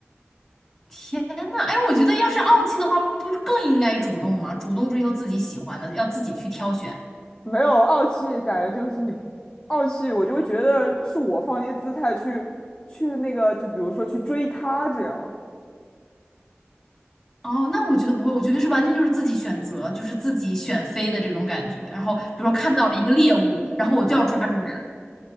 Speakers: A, in the centre; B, on the left.
A: 天呐，哎，我觉得要是傲气的话，不更应该主动吗？主动追求自己喜欢的，要自己去挑选。
B: 没有傲气，感觉就是你傲气，我就会觉得是我放低姿态去去那个，就比如说去追他这样。
A: 哦，那我觉得不会，我觉得是完全就是自己选择，就是自己选飞的这种感觉。然后比如说看到了一个猎物，然后我就要抓住它。